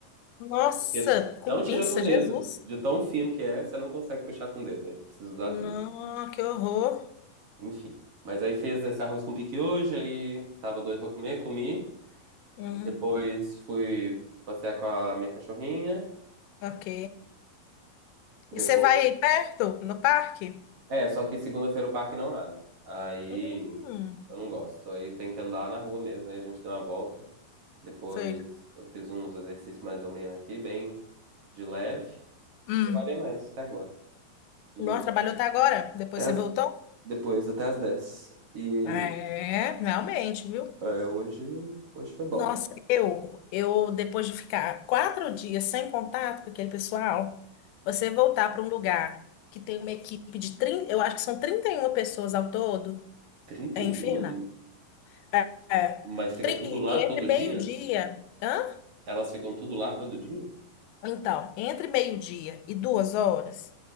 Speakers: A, on the left (about 90°); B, on the right (about 50°).
A: Nossa,
B: Porque
A: com
B: não
A: pinça,
B: tira com o dedo.
A: Jesus.
B: De tão fino que é, você não consegue puxar com o dedo. Aí precisa usar a pinça.
A: Não, que horror.
B: Enfim. Mas aí fez esse arroz com piquiojo, aí tava doido pra comer, comi.
A: Hum,
B: Depois fui passear com a minha cachorrinha.
A: ok.
B: Depois
A: E você vai aí perto, no parque?
B: É, só que segunda-feira o parque não abre. Aí
A: Hum,
B: eu não gosto. Aí tem que andar na rua mesmo. Aí a gente deu uma volta. Depois
A: sei.
B: eu fiz uns exercícios mais ou menos aqui, bem de leve.
A: Hum.
B: E trabalhei mais até agora. E
A: Nossa, trabalhou até agora? Depois
B: até
A: você
B: as-
A: voltou?
B: Depois, até as 10. E
A: É, realmente, viu?
B: é, hoje, hoje foi bom.
A: Nossa, eu, eu depois de ficar quatro dias sem contato com aquele pessoal, você voltar para um lugar que tem uma equipe de 30 eu acho que são 31 pessoas ao todo,
B: 31?
A: é infernal. É, é.
B: Mas fica
A: Tri-
B: tudo lá
A: e e
B: todo
A: entre meio-dia,
B: dia?
A: hã?
B: Elas ficam tudo lá todo dia?
A: Então, entre meio-dia e duas horas,